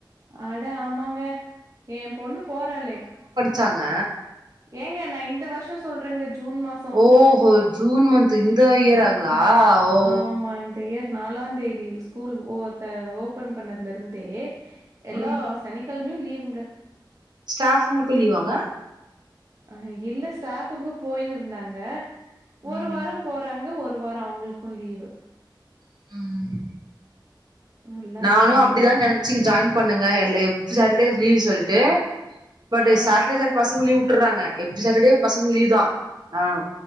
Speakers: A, on the right; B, on the right.
A: ஆட ஆமாங்க எ பொண்ணு போறாளே
B: சங்க
A: ஏங்க நா இந்த வருஷோ சொல்றேங்க ஜூன் மாச
B: ஓஹோ ஜூன் மந்த் இந்த இயர் ஆங்களா
A: ம்
B: ஓஓ
A: ஆமா இந்த இயர் நாலாந் தேதி ஸ்கூல் ஓ ஓபன் பண்ணதுல இருந்தே எல்லா
B: ம்
A: சனிக்கிழமையு லீவுங்க
B: ஸ்டாஃப்ங்ளுக்கு லீவாங்க
A: அ இல்ல ஸ்டாஃப்புங்க போய்ன்னு இருந்தாங்க ஒரு
B: ம்
A: வாரம் போறாங்க ஒரு வாரம் அவுங்களுக்கு லீவு
B: ம்
A: நல்லா
B: நானு
A: இருக்காங்க
B: அப்டிதா
A: அவங்க
B: நென் சிக்கிட்டு ஜாய்ன் பண்ணங்க எவ்ரி சாட்டர்டே சொல்ட்டு பட்
A: ஆ
B: சாட்டர்டே ச பசங்க லீ்வ் விட்றாங்க எவ்ரி சாட்டர்டே பசங்க லீவ் தா ஆ